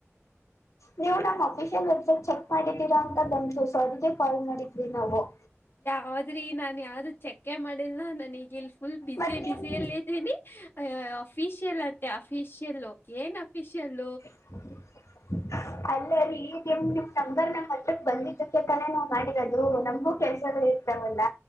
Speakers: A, on the left; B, on the left.
A: ನೀವು ನಮ್ಮ್ ಅಫಿಷಿಯಲ್ ವೆಬ್ಸೈಟ್ ಚೆಕ್ ಮಾಡಿದ್ದೀರಾ ಅಂತ ಬಂತು. ಸಾರ್ಗೆ ಕಾಲ್ ಮಾಡಿದ್ವಿ ನಾವು-
B: ಹೌದ್ರಿ ನಾನ್ ಯಾವ್ದು ಚೆಕ್ಕೆ ಮಾಡಿಲ್ಲಾ ನನ್ ಈಗಲ್ ಪುಲ್ -ಪುಲ್ ಬಿಜೆ
A: ಮತ್ ನಿಮ್
B: ಬಿಜಿಲ್ಲೇದಿನಿ ಅಯ್ಯ್ ಅಫಿಷಿಯಲ್ ಅಂತೆ ಆಫಿಷಿಯಲ್ ಏನ್ ಆಫಿಷಿಯಲ್
A: <inaudible> ಅಲ್ಲೇ ರೀಮ್ ನಿಮ್ ನಂಬರ್ ನಮ್ ಹತ್ರಕ್ ಬಂದಿದ್ದಕ್ಕೆ ತಾನೇ ನಾವು ಮಾಡಿರೋದು. ನಮಗೂ ಕೆಲ್ಸಗಳು ಇರ್ತಾವಲ್ಲ